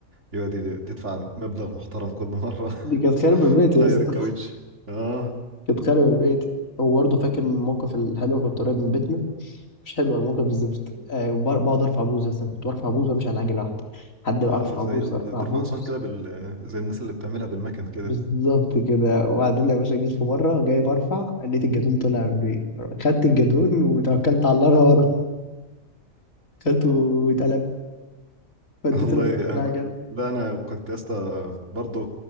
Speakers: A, on the right (about 55°); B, on the left (about 70°).
A: يقعد يد- تدفع مبلغ محترم كل مرة <laughs>
B: دي كانت خربة بيتي
A: تغير
B: يا اسطى
A: ياه. الكاوتش اه
B: <laughs> كانت خربة بيتي هو برضه فاكر من الموقف الحلو كنت قريب من بيتنا مش حلوه موقف الزفت آه وبر- بقعد ارفع بوز بس انا كنت برفع بوز وامشي على عجله واحده حد
A: اه
B: ارفع
A: زي
B: بوز ارفع
A: ترفع
B: بوز
A: حصان كده بال زي الناس اللي بتعملها بالمكن كده
B: بالظبط كده وبعدين يا باشا جيت في مره جاي برفع لقيت الجدون طلع بي خدت الجدون وتوكلت على الله انا ورا خدته واتقلبت وديته
A: والله
B: لف-
A: انا
B: العجل
A: كنت لا انا كنت يا اسطى برضه